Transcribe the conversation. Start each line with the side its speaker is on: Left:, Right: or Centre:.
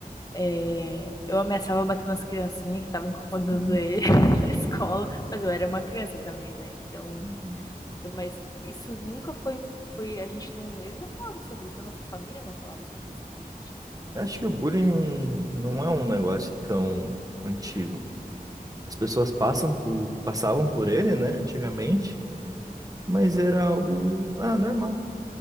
Left: É, Eu ameaçava bater nas criancinhas que estavam incomodando
Right: uhum,
Left: ele <laughs> na escola, mas eu era uma criança também, né? Então
Right: uhum.
Left: Mas isso nunca foi, foi, a gente não, eles não falavam sobre isso, a nossa família não falava sobre isso com a gente, assim, né?
Right: Acho que o bullying não é um negócio tão antigo. As pessoas passam por, passavam por ele, né, antigamente, mas era algo, ah, normal.